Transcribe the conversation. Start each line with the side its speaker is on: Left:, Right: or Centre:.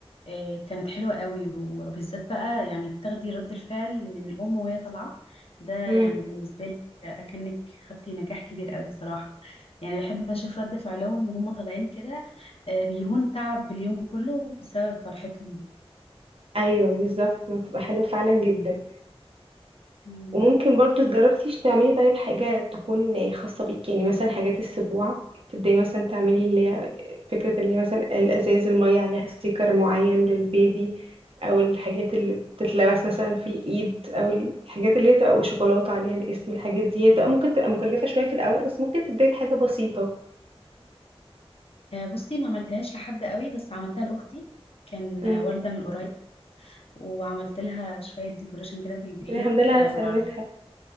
Left: آه، كانت حلوة قوي وبالذات بقى يعني تاخدي رد الفعل من الأم وهي طالعة ده يعني
Right: امم
Left: بالنسبة لي أكنك خدتي نجاح كبير قوي بصراحة يعني بحب أشوف رد فعلهم وهم طالعين كده آه، بيهون تعب اليوم كله بسبب فرحتهم دي
Right: ايوه بالظبط بتبقى حلوه فعلا جدا
Left: مم.
Right: وممكن برضو جربتيش تعملي طيب حاجة تكون خاصة بيكي يعني مثلا حاجات السبوع تبدأي مثلا تعملي اللي هي فكرة اللي هي مثلا الأزاز المية عليها ستيكر معين للبيبي أو الحاجات اللي بتتلبس مثلا في الإيد أو الحاجات اللي هي بتبقى وشوكولاتة عليها الاسم الحاجات دي هي بتبقى ممكن تبقى مكلفة شوية في الأول بس ممكن تبدأي بحاجة بسيطة
Left: آه، بصي ما عملتهاش لحد قوي بس عملتها لأختي كان
Right: امم
Left: آه، والدة من قريب وعملت لها شوية ديكوريشن كده في البيت
Right: الحمد لله على
Left: آه،
Right: سلامتها
Left: مع